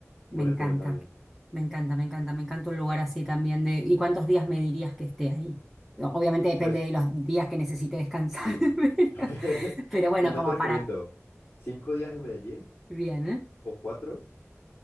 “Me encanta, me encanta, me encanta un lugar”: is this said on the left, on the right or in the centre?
Centre